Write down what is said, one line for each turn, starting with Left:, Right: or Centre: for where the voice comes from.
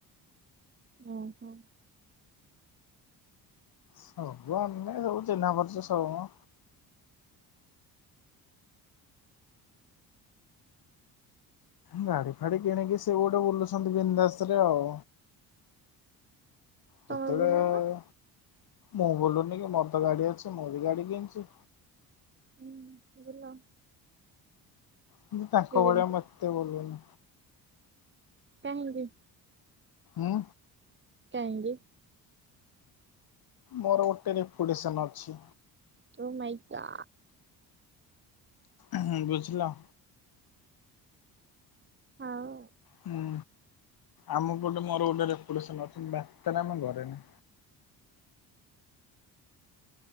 Right: ଓହୋ।
Left: ସବୁ ଆମେ ସବୁ ଚିହ୍ନା ପରିଚ ସବୁମ। ଗାଡି ଫାଡି କିଣିକି ସେ ଗୋଟେ ବୁଲୁଛନ୍ତି ବିନ୍ଦ ବିନ୍ଦାସରେ ଆଉ।
Right: ତମେ
Left: ଯେତେବେଳେ
Right: ବୁଲ ନା
Left: ମୁଁ ବୁଲୁନି କି ମୋର ତ ଗାଡି ଅଛି ମୁଁ ବି ଗାଡି କିଣିଚି।
Right: ହୁଁ ବୁଲ।
Left: କିନ୍ତୁ ତାଙ୍କ
Right: ସିଏ ଯେମିତି
Left: ଭଳିଆ ମୁଁ ଏତେ ବୁଲୁନି।
Right: କାହିଁକି।
Left: ଉଁ।
Right: କାହିଁକି।
Left: ମୋରୋ ଗୋଟେ ରେପୁଟେଶନ ଅଛି।
Right: ଓ ମାଇଁ ଗ
Left: ଉଁହୁଁ ବୁଝିଲ।
Right: ହଉ।
Left: ହୁଁ ଆମ ପଟେ ମୋରୋ ଗୋଟେ ରେପୁଟେଶନ୍ ଅଛି ମୁଁ ବାତେରାମୀ କରେନି।